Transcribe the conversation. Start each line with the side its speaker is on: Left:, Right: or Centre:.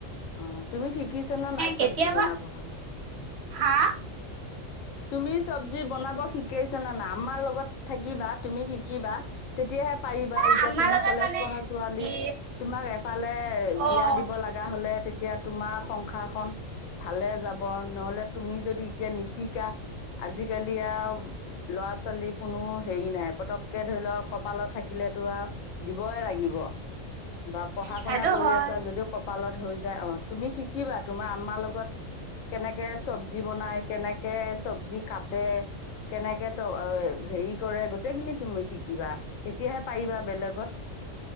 Left: অ', তুমি শিকিছানে নাই চবজি
Right: কেতিয়াবা
Left: বনাব কাৰণে?
Right: হা
Left: তুমি চবজি বনাব শিকিছানে নাই? আম্মা লগত থাকিবা, তুমি শিকিবা। তেতিয়াহে পাৰিবা
Right: এ
Left: এতিয়া
Right: আমাৰ
Left: তুমি
Right: লগত
Left: কলেজ
Right: মানে
Left: পঢ়া ছোৱালী,
Right: কি
Left: তোমাৰ এফালে বিয়া
Right: অ'
Left: দিব লাগ গা, হ'লে তেতিয়া তোমাৰ সংসাৰখন ভালে যাব, ন'হলে তুমি যদি এতিয়া নিশিকা আজিকালি আউ ল'ৰা, ছোৱালী কোনো হেৰি নাই, পতককে ধৰি লওঁক কপালত থাকিলেতো আও দিবই লাগিব, বা পঢ়া
Right: সেইটো
Left: শুনা কৰি
Right: হয়
Left: আছা যদিও কপালত হৈ যায় অ'। তুমি শিকিবা তোমাৰ আম্মাৰ লগত কেনেকে চব্জি বনায়, কেনে কে চব্জি কাটে কেনেকে ত' অ'- হেৰি কৰে, গোটেইখিনি তুমি শিকিবা। তেতিয়াহে পাৰিবা বেলেগত।